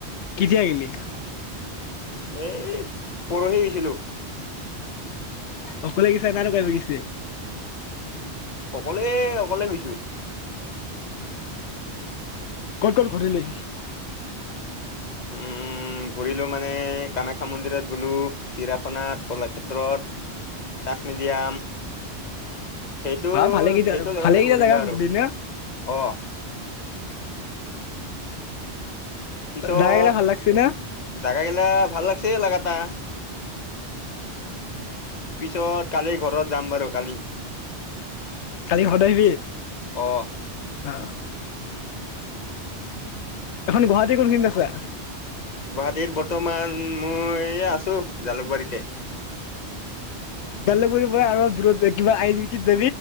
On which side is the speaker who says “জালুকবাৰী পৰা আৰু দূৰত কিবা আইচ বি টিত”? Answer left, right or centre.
Left